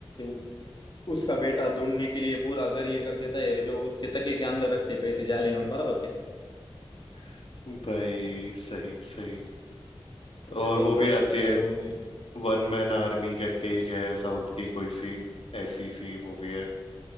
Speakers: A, on the left; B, on the left.
A: तो उसका बेटा ढूंढने के लिए पूरा घर ये कर देता है जो उसके तकिए के अंदर रखते हैं पैसे जाली नोट बराबर से
B: <laughs> भाई सही सही और
A: ये बहुत
B: वो
A: बढ़िया
B: भी आती
A: थी
B: है
A: यार वो मूवी
B: वन मैन आर्मी करके एक है साउथ की कोई सी ऐसी सी मूवी है